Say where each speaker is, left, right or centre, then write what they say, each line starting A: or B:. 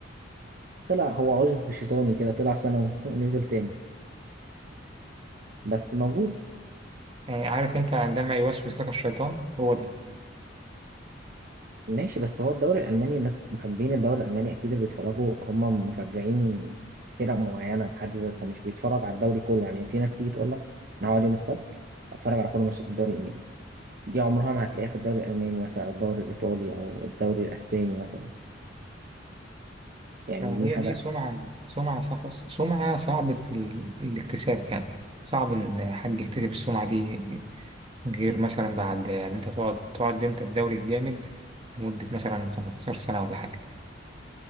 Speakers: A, on the right; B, on the right.
A: بس طلع هو عشب شيطاني كده طلع سنة <laughs> ونزل تاني بس موجود
B: يعني عارف أنت عندما يوسوس لك الشيطان هو ده
A: ماشي بس هو الدوري الألماني الناس محبين الدوري الألماني أكيد اللي بيتفرجوا هم مشجعين فرق معينة بحد ذاتها مش بيتفرج على الدوري كله يعني في ناس تيجي تقول لك أنا هقعد يوم السبت أتفرج على كل ماتشات الدوري الإنجليزي دي عمرها ما هتلاقيها في الدوري الألماني مثلا أو الدوري الإيطالي أو الدوري الأسباني مثلا يعني
B: يعني
A: دي حاجة
B: هي دي سمعة سمعة صح سمعة صعبة ال- الاكتساب يعني صعب إن حد يكتسب السمعة دي غير مثلا بعد يعني انت تقعد تقعد انت الدوري الجامد لمدة مثلا 15 سنة ولا حاجة